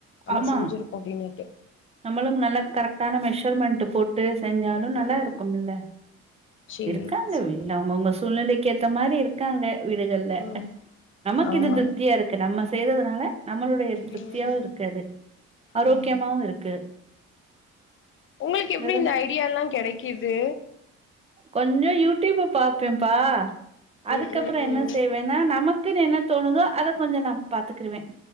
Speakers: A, on the left (about 45°); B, on the right (about 20°).
A: நம்ம
B: ஆமா
A: செஞ்சிருப்போ அப்டின்னுட்டு
B: நம்மளும் நல்ல கரெக்டான மெஷர்மெண்ட்டு போட்டு செஞ்சா இன்னு நல்லா
A: ம்
B: இருக்குமல்ல
A: சேரி
B: இருக்காங்க
A: சேரி
B: வீ அவங்கவுங்க சூழ்நிலைக்கு ஏத்த மாரி இருக் காங்க வீடுகள்ல
A: ம்
B: நமக்கு
A: ஆமா
B: இது திருப்தியா இருக்கு நம்ம செய்றதுனால நம்மளுடைய திருப்தியாவு
A: ம்
B: இருக் கது ஆரோக்கியமாவு
A: ம்
B: இருக்கு
A: உங்களுக்கு எப்டி
B: வேற
A: இந்த ஐடியால்லா கெடைக்குது
B: கொஞ்சோ யூடியூப்ப பாப்பேம்ப்பா அதுக்கப்புற
A: ம் ம்
B: என்ன
A: ம்
B: செய்வ நா நமக்குன்னு என்ன தோணுதோ அத கொஞ்சோ நா பாத்துகிருவ